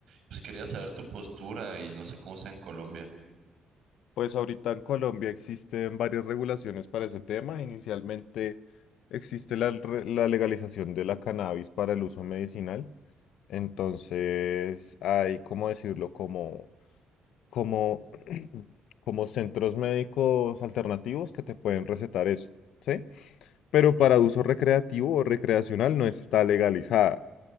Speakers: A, on the right; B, on the left.
A: Pues quería saber tu postura y no sé cómo sea en Colombia.
B: pues ahorita en Colombia existen varias regulaciones para ese tema. Inicialmente existe la, re- la legalización de la cannabis para el uso medicinal. Entonces hay, ¿cómo decirlo? Como, como, <clears throat> como centros médicos alternativos que te pueden recetar eso, ¿sí? Pero
A: Ujú.
B: para uso recreativo o recreacional no está legalizada.